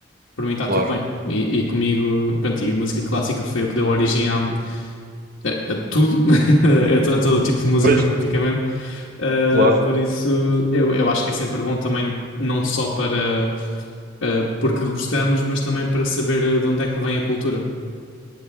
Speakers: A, on the left; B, on the right.
A: para mim está
B: Claro.
A: tudo bem. E, e comigo, pronto, e música clássica foi o que deu origem à, a, a tudo, <laughs> é to- é todo tipo de música
B: Pois,
A: praticamente. Uh,
B: claro.
A: por isso eu, eu acho que é sempre bom também, não só para uh, porque gostamos, mas também para saber de onde é que vem a cultura.